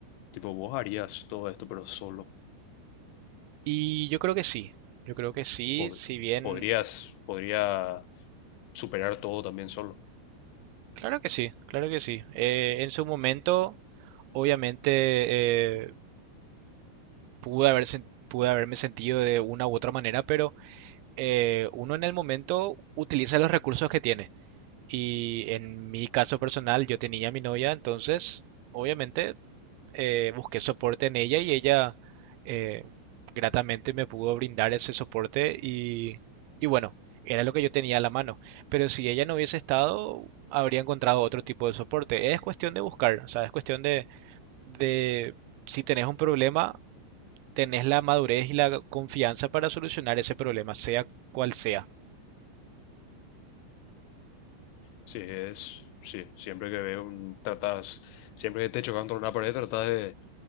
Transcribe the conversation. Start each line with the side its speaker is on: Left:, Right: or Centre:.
Left: Tipo, vos harías todo esto, pero solo.
Right: Y yo creo que sí, yo creo que sí,
Left: Pod-
Right: si bien,
Left: podrías, podría superar todo también solo.
Right: claro que sí, claro que sí. Eh, en su momento, obviamente, eh, pude haber sen- pude haberme sentido de una u otra manera, pero eh, uno en el momento utiliza los recursos que tiene. Y en mi caso personal, yo tenía a mi novia, entonces obviamente eh, busqué soporte en ella y ella eh, gratamente me pudo brindar ese soporte y, y bueno, era lo que yo tenía a la mano. Pero si ella no hubiese estado, habría encontrado otro tipo de soporte. Es cuestión de buscar, o sea, es cuestión de, de si tenés un problema, tenés la madurez y la confianza para solucionar ese problema, sea cual sea.
Left: Sí, es, sí, siempre que veo un, tratas, siempre que te chocas contra una pared, tratas de,